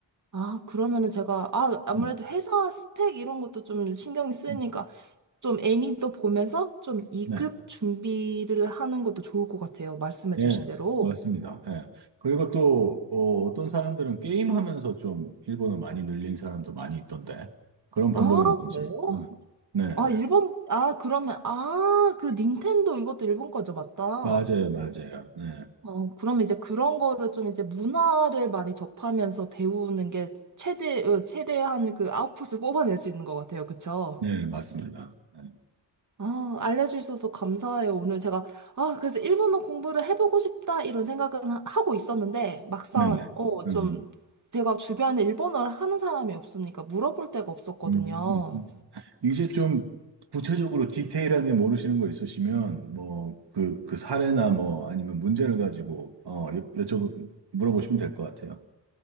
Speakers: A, on the right; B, on the right.
A: 아, 그러면은 제가, 아, 아무래도
B: 음,
A: 회사 스펙 이런 것도 좀 신경이 쓰이니까
B: 음,
A: 좀 애니도 보면서 좀이급
B: 네.
A: 준비를 하는 것도 좋을 것 같아요. 말씀해
B: 예,
A: 주신 대로.
B: 맞습니다. 예. 그리고 또 어, 어떤 사람들은 게임하면서 좀 일본어 많이 늘린 사람도 많이 있던데 그런 방법에는
A: 아,
B: 관심이.
A: 그래요?
B: 음. 네네네.
A: 아, 일본, 아, 그러면, 아, 그 닌텐도 이것도 일본 거죠, 맞다.
B: 맞아요, 맞아요. 네,
A: 어, 그럼 이제 그런 거를 좀 이제 문화를 많이 접하면서 배우는 게 최대, 어, 최대한 그 아웃풋을 <laughs> 뽑아낼 수 있는 것 같아요. 그쵸?
B: 네, 맞습니다. 네,
A: 아, 알려주셔서 감사해요. 오늘 제가, 아, 그래서 일본어 공부를 해보고 싶다, 이런 생각은 하- 하고 있었는데, 막상,
B: 네.
A: 어,
B: 음,
A: 좀, 제가 주변에 일본어를 하는 사람이 없으니까 물어볼 데가 없었거든요.
B: 음, 음. 음. 이제 좀 구체적으로 디테일하게 모르시는 거 있으시면 뭐 그 그 사례나 뭐 아니면 문제를 가지고 어 여- 여쭤 물어보시면 될 것 같아요.